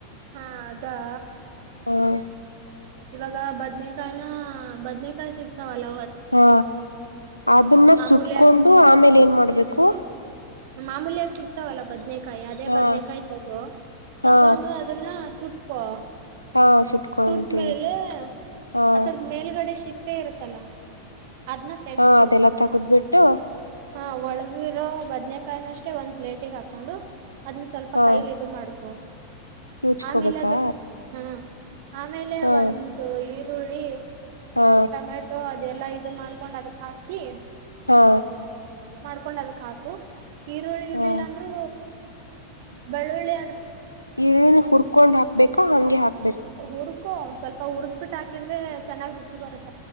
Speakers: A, on the right; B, on the left.
A: ಹಾ ಅದಾ.
B: ಹಾ
A: ಇವಾಗ ಬದನೆಕಾಯಿನ ಬದ್ನೆಕಾಯಿ ಸಿಕ್ತಾವಲ್ಲ.
B: ಹಾ ಅದನ್ನ
A: ಮಾಮೂಲ್ಯ
B: ಸುಟ್ಕೊಂಡು ಆಮೇಲೆ ಏನ್ ಮಾಡ್ಬೇಕು.
A: ಮಾಮೂಲ್ಯಾಗ ಸಿಗ್ತಾವಲ್ಲಾ ಬದ್ನೆ ಕಾಯಿ ಅದೇ
B: ಹಾ
A: ಬದ್ನೆಕಾಯಿ ತಗೋ
B: ಹಾ
A: ತಗೊಂಡು ಅದನ್ನ ಸುಟ್ಕೊ.
B: ಹಾ ಸುಟ್ಕೊಂತೀನಿ
A: ಸುಟ್ ಮೇಲೆ
B: ಹಾ
A: ಅದ್ರ ಮೇಲ್ಗಡೆ ಶಿಪ್ <unintelligible> ಪೇರತಲ. ಅದನ್ನ ತೆಗಬಿಡು
B: ಹಾ ಅದೆಲ್ಲ ತಗದ್ಬಿಟ್ಟು
A: ಹಾ ಒಳಗಿರೋ ಬದ್ನೆ ಕಾಯಿನ ಅಷ್ಟೇ ಒಂದ್ ಪ್ಲೇಟಿಗೆ ಹಾಕೊಂಡು ಅದನ್ನ ಸ್ವಲ್ಪ
B: ಹಾ
A: ಕೈಲಿ ಇದು ಮಾಡ್ಕೋ.
B: ಕಿವುಚ್ಕೋಬೇಕಾ
A: ಆಮೇಲೆ ಅದಕ್ಕೆ ಹಾ ಆಮೇಲೆ
B: ಹಾ
A: ಒಂದು ಈರುಳ್ಳಿ.
B: ಹಾ
A: ಟೊಮೆಟೊ ಅದೆಲ್ಲಾ ಇದು ಮಾಡ್ಕೊಂಡ್ ಅದಕ್ ಹಾಕಿ.
B: ಹಾ
A: <unintelligible> ಅದಕ್ ಹಾಕು ಈರುಳ್ಳಿ ಇರ್ಲಿಲ್ಲ
B: ಹಾ
A: ಅಂದ್ರೂ ಬೆಳ್ಳುಳ್ಳಿ ಆದ್ರೆ
B: ಇರುಳ್ಳಿ ಹುರ್ಕೊಂಡ್ ಹಾಕ್ಬೇಕಾ ಹಂಗೆ ಹಾಕ್
A: ಹುರ್ಕೊ ಸ್ವಲ್ಪ ಹುರ್ದ್ ಬಿಟ್ಟ್ ಹಾಕಿದ್ರೆ ಚೆನ್ನ್ ರುಚಿ ಬರುತ್